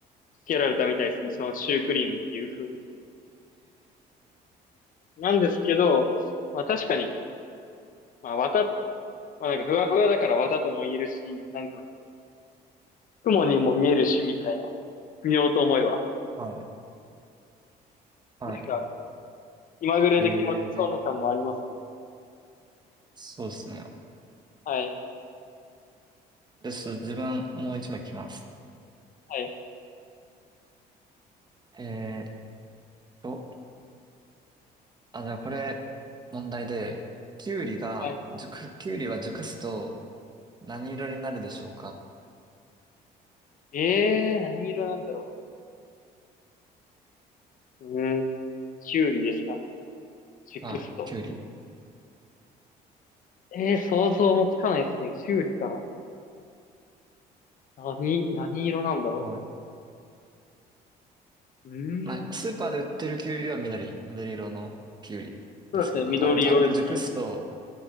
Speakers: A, on the left; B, on the right.
A: 付けられたみたいですね。そのシュークリームっていう風に。なんですけど、まあ確かに、まあ綿、まあなんかふわふわだから綿とも言えるし、なんか雲にも見えるしみたいな、見ようと思えば。
B: はい。はい。
A: なんか、今ぐらいで決まってそうな感もありますよ。
B: ええ、そうなんですね。はい。はい。ええ、そうですね。
A: はい、
B: で、ちょっと自分、もう一枚いきます。
A: はい、
B: えーっと、あ、じゃあこれ、問題で、キュウリが、
A: はい。
B: 熟、キュウリは熟すと何色になるでしょうか
A: ええー、何色なんだろう。うーん、キュウリですかチクスト。
B: はい。キュウリ。
A: ええー、想像もつかないですね。キュウリか。何、何色なんだろ
B: はい。
A: う。うーん。
B: まあ、スーパーで売ってるキュウリは緑、緑色のキュウリですけど、
A: そうですね、緑色ですね。
B: あれを、あれが熟すと、